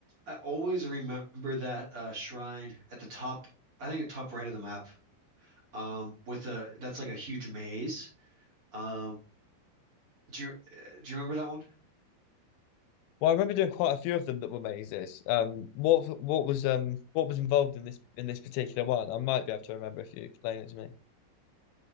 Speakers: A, on the right; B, on the left.
A: I always remember that uh shrine at the top, I think the top right of the map. Um with a that's like a huge maze. Um do you uh, do you remember that one?
B: Well, I remember doing quite a few of them that were mazes. Um, what what was um what was involved in this in this particular one? I might be able to remember if you explain it to me.